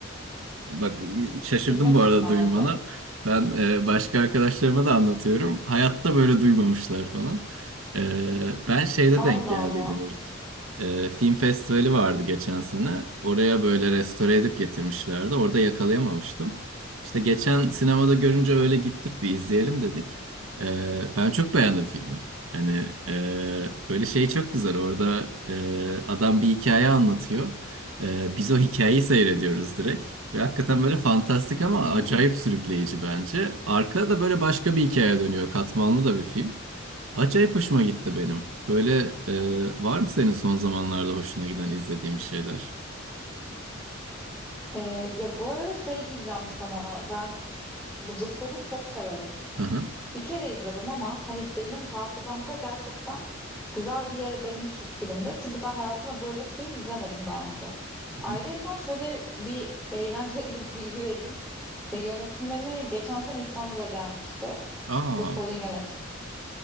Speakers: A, on the right; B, in the centre.
A: Bak şaşırdım
B: İzlemiştim
A: bu arada
B: daha
A: duymana.
B: önce.
A: Ben e, başka arkadaşlarıma da anlatıyorum. Hayatta böyle duymamışlar falan. E, ben şeyde
B: Allah
A: denk geldiydim
B: Allah.
A: ilk. E, film festivali vardı geçen sene. Oraya böyle restore edip getirmişlerdi. Orada yakalayamamıştım. İşte geçen sinemada görünce öyle gittik bir izleyelim dedik. E, ben çok beğendim filmi. Hani e, böyle şey çok güzel. Orada e, adam bir hikaye anlatıyor. Ee, biz o hikayeyi seyrediyoruz direkt. Ve hakikaten böyle fantastik ama
B: Hı hı.
A: acayip sürükleyici bence. Arkada da böyle başka bir hikaye dönüyor. Katmanlı da bir film. Acayip hoşuma gitti benim. Böyle e, var mı senin son zamanlarda hoşuna giden izlediğin bir şeyler?
B: Ee, ya bu arada şey diyeceğim sana ben bu The Fall'u çok severim.
A: Hı hı. Hı
B: Bir kere izledim ama hani benim hafızamda gerçekten güzel bir yer edinmiş bir filmdir. Çünkü ben hayatımda böyle bir film izlemedim daha önce. Ayrıca
A: hı.
B: şöyle bir eğlenceli bir bilgi vereyim. E, yönetmeni geçen sene İstanbul'a gelmişti.
A: Aa.
B: The Fall'un yönetmeni.